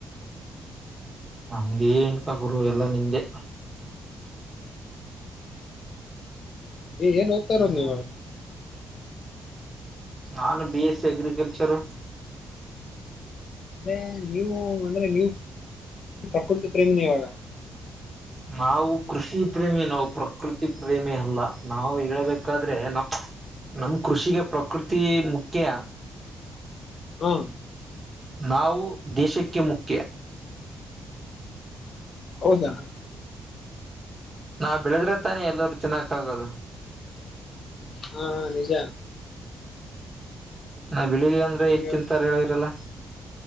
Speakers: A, on the right; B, on the left.
A: ನಮ್ದೇಳ್ತ ಗುರು ಎಲ್ಲಾ ನಿಮ್ಗೆ
B: ಏನ್ ಓದ್ತಾ ಇರೋದು
A: ಹ್ಮ್
B: ನೀವು
A: ನಾನು ಬಿ ಎಸ್ ಸಿ ಅಗ್ರಿಕಲ್ಚರ್
B: ಅಂದ್ರೆ ನೀವು ಮನೆಯಲಿ ಪ್ರಕೃತಿ ಪ್ರೇಮ್ನ ಇವಾಗ
A: ನಾವು ಕೃಷಿ ಪ್ರೇಮಿ ನಾವು ಪ್ರಕೃತಿ ಪ್ರೇಮಿ ಅಲ್ಲ ನಾವು ಹೇಬೇಕಾದ್ರೆ ನಮ್ ನಮ್ ಕೃಷಿಗೆ ಪ್ರಕೃತಿ ಮುಖ್ಯ
B: ಹ್ಮ
A: ನಾವು ದೇಶಕ್ಕೆ ಮುಖ್ಯ
B: ಹೌದಾ ಹ
A: ನಾವ್ ಬೆಳೆದಿರ ತಾನೇ ಎಲ್ಲೂ ತಿನ್ನಕ್ ಆಗೋದು
B: ಹಾ ನಿಜ
A: ನಾ ಬೆಳಿಲಿಲ್ಲ ಅಂದ್ರೆ
B: ನೀವ್
A: ಎಲ್ಲಿ ತಿಂತಾರೆ ಹೇಳಿದರಲ್ಲಾ